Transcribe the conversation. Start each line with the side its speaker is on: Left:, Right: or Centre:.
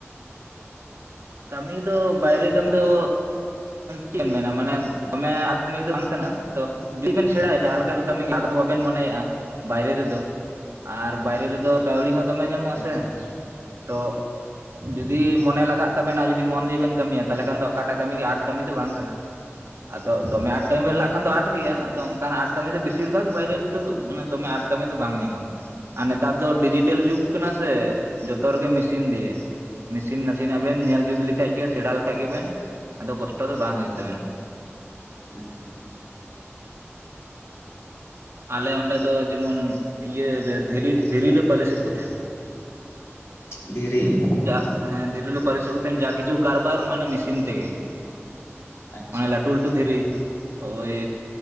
Right: ᱠᱟᱹᱢᱤ ᱫᱚ ᱵᱟᱭᱨᱮ ᱠᱟᱹᱢᱤ ᱫᱚ ᱪᱮᱫ ᱮᱢ ᱢᱮᱱᱟ ᱢᱟᱱᱮ ᱫᱚᱢᱮ ᱟᱴᱠᱟᱱᱤ ᱫᱚ ᱵᱟᱝ ᱠᱟᱱᱟ ᱛᱚ ᱡᱩᱫᱤ ᱵᱮᱱ ᱥᱮᱬᱟᱭᱟ ᱡᱟᱦᱟᱸ ᱞᱮᱠᱟᱱᱟᱜ ᱠᱟᱹᱢᱤ ᱜᱮ ᱟᱴ ᱵᱟᱵᱮᱱ ᱢᱚᱱᱮᱭᱟᱜᱼᱟ ᱵᱟᱭᱨᱮ ᱨᱮᱫᱚ ᱟᱨ ᱵᱟᱭᱨᱮ ᱨᱮᱫᱚ ᱠᱟᱹᱣᱲᱤ ᱦᱚᱸ ᱫᱚᱢᱮ ᱧᱟᱢᱚᱜᱼᱟ
Left: ᱟᱪᱪᱷᱟ
Right: ᱥᱮ ᱛᱚ ᱡᱩᱫᱤ ᱢᱚᱱᱮ ᱞᱟᱜᱟᱜ ᱛᱚᱵᱮ ᱚᱱᱟ ᱡᱩᱫᱤ ᱢᱚᱱ ᱫᱤᱭᱮᱵᱤᱱ ᱠᱟᱹᱢᱤᱭᱟ ᱛᱟᱦᱞᱮ ᱠᱷᱟᱱ ᱫᱚ ᱚᱠᱟᱴᱟᱜ ᱠᱟᱹᱢᱤ ᱜᱮ ᱟᱴ ᱠᱟᱹᱢᱤ ᱫᱚ ᱵᱟᱝ ᱠᱟᱱᱟ ᱾ ᱟᱫᱚ ᱫᱚᱢᱮ ᱟᱴ ᱠᱟᱹᱢᱤ ᱵᱮᱱ ᱞᱟᱜ ᱠᱷᱟᱱ ᱫᱚ ᱟᱴ ᱜᱮᱭᱟ ᱟᱫᱚ ᱚᱱᱠᱟᱱᱟᱜ ᱟᱴ ᱠᱟᱹᱢᱤ ᱫᱚ ᱵᱮᱥᱤᱨ ᱵᱷᱟᱜᱽ ᱵᱟᱭᱨᱮ ᱨᱮᱫᱚ ᱢᱟᱱᱮ ᱫᱚᱢᱮ ᱟᱴ ᱠᱟᱹᱢᱤ ᱫᱚ ᱵᱟᱝ ᱧᱟᱢᱚᱜᱼᱟ ᱟᱨ ᱱᱮᱛᱟᱨ ᱫᱚ ᱰᱤᱡᱤᱴᱮᱞ ᱡᱩᱜᱽ ᱠᱟᱱᱟ ᱥᱮ ᱡᱚᱛᱚ ᱨᱮᱜᱮ ᱢᱮᱥᱤᱱ ᱫᱤᱭᱮ ᱾ ᱢᱮᱥᱤᱱ ᱱᱟᱥᱮᱱᱟᱜ ᱵᱮᱱ ᱧᱮᱞ ᱡᱩᱛ ᱞᱮᱠᱷᱟᱡ ᱜᱮ ᱥᱮᱬᱟ ᱞᱮᱠᱷᱟᱡ ᱜᱮᱵᱮᱱ ᱟᱫᱚ ᱠᱚᱥᱴᱚ ᱫᱚ ᱵᱟᱝ ᱦᱳᱭᱳᱜ ᱛᱟᱵᱮᱱᱟ ᱾
Left: ᱟᱪᱪᱷᱟ ᱾
Right: ᱟᱞᱮ ᱚᱸᱰᱮ ᱫᱚ ᱡᱮᱢᱚᱱ ᱤᱭᱟᱹᱨ ᱫᱷᱤᱞᱤ ᱫᱷᱤᱨᱤᱞᱮ ᱯᱟᱹᱞᱤᱥᱮᱫ ᱠᱚ ᱛᱟᱦᱮᱱ ᱾
Left: ᱫᱷᱤᱨᱤ
Right: ᱛᱚᱜ ᱡᱟᱜ ᱦᱮᱸ ᱫᱷᱤᱨᱤᱞᱮ ᱯᱟᱹᱞᱮᱥᱮᱜ ᱠᱚ ᱛᱟᱸᱦᱮᱜ ᱡᱟ ᱠᱤᱪᱷᱩ ᱠᱟᱨᱵᱟᱨ ᱢᱟᱱᱮ ᱢᱤᱥᱤᱱ ᱛᱮᱜᱮ ᱾
Left: ᱟᱪᱪᱷᱟ
Right: ᱢᱟᱱᱮ ᱞᱟᱹᱴᱩ ᱞᱟᱹᱴᱩ ᱫᱷᱤᱨᱤ ᱳᱭ